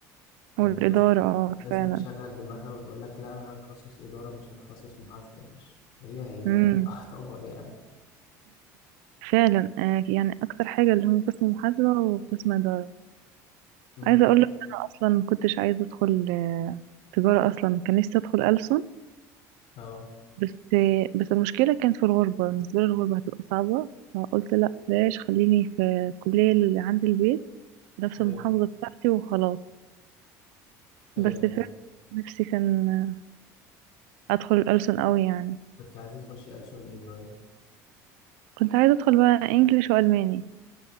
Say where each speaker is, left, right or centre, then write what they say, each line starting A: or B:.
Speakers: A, on the left (about 65°); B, on the right (about 80°).
A: يعني
B: والاداره
A: الناس
B: اه
A: الناس
B: فعلا
A: اللي بتشغل دماغها وتقول لك لا أنا هتخصص إدارة مش هتخصص محاسبة مش هي هي
B: مم.
A: <laughs> أعتبر يعني
B: فعلا آه، يعني اكتر حاجه اللي هم قسم محاسبه وقسم اداره
A: امم
B: عايزه اقول لك انا اصلا ما كنتش عايزه ادخل آه، تجاره اصلا كان نفسي ادخل ألسن
A: اه
B: بس آه، بس المشكله كانت في الغربه بالنسبه لي الغربه هتبقى صعبه فقلت لا بلاش خليني في الكليه اللي عند البيت في نفس
A: أيوه
B: المحافظه بتاعتي وخلاص
A: أه
B: بس فعلا نفسي كان آه، ادخل الألسن قوي يعني
A: كنت عايزة تخشي ألسن إيه طيب
B: كنت عايزه ادخل بقى انجليش والماني